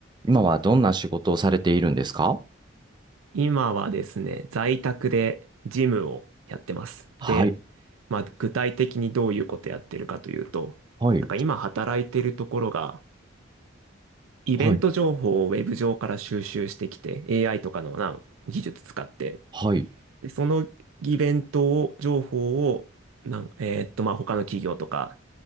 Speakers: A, on the right; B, on the right.
A: 今はどんな仕事をされているんですか
B: 今はですね、在宅でジムをやってます。
A: はい、
B: で、まあ、具体的にどういうことやってるかというと、
A: はい、
B: なんか今働いてるところが、イベント情報をウェブ上から収集してきて、
A: はい、ん
B: AI とかのな、技術使って、
A: はい、
B: で、そのイベントを、情報を、なん、えーっと、まあ、他の企業とか、